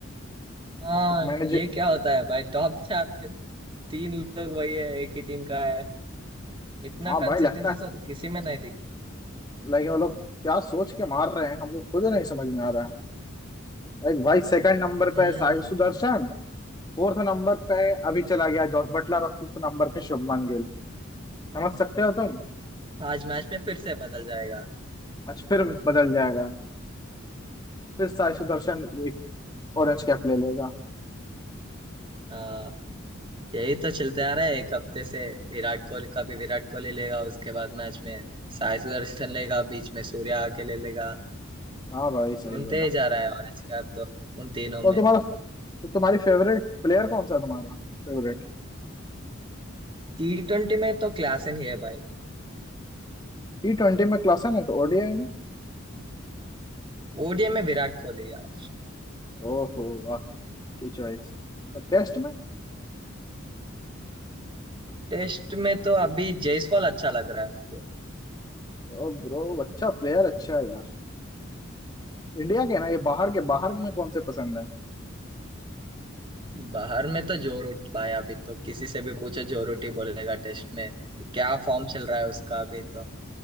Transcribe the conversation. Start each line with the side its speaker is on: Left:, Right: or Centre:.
Right: हाँ
Left: एक मैनेजर
Right: ये क्या होता है भाई टॉप चार में तीन लोग वही है एक ही टीम का है इतना
Left: हाँ
Right: कंसिस्टेंसी
Left: भाई लगता है
Right: तो किसी में नहीं दिखी
Left: लाइक वो लोग क्या सोच के मार रहे हैं हमको खुद नहीं समझ में आ रहा है लाइक भाई सेकंड नंबर
Right: हम्म
Left: पे साई सुदर्शन फोर्थ नंबर पे अभी चला गया जॉस बटलर और फिफ्थ नंबर पे शुभमान गिल समझ सकते हो तुम
Right: आज मैच में फिर से बदल जाएगा
Left: आज फिर बदल जाएगा फिर साई सुदर्शन एक ऑरेंज कैप ले लेगा
Right: हाँ यही तो चलते आ रहा है एक हफ्ते से विराट कोहली कभी विराट कोहली लेगा उसके बाद मैच में साई सुदर्शन लेगा बीच में सूर्या आके ले लेगा
Left: हाँ भाई सही
Right: घूमते
Left: बोला
Right: ही जा रहा है ऑरेंज कैप तो उन तीनों
Left: तो
Right: में
Left: तुम्हारा तो तुम्हारी फेवरेट प्लेयर कौन सा है तुम्हारा फेवरेट
Right: टी ट्वेंटी में तो क्लास ही है भाई
Left: टी ट्वेंटी में क्लासन है तो ओडीआई में
Right: ओडीआई में विराट कोहली यार
Left: ओहो वाह अच्छी चॉइस और टेस्ट में
Right: टेस्ट में तो अभी जायसवाल अच्छा लग रहा है मुझे
Left: ओ ब्रो अच्छा प्लेयर अच्छा है यार इंडिया के ना ये बाहर के बाहर में कौन से पसंद है
Right: बाहर में तो जो रूट भाई अभी तो किसी से भी पूछो जो रूट ही बोलेगा टेस्ट में क्या फॉर्म चल रहा है उसका अभी तो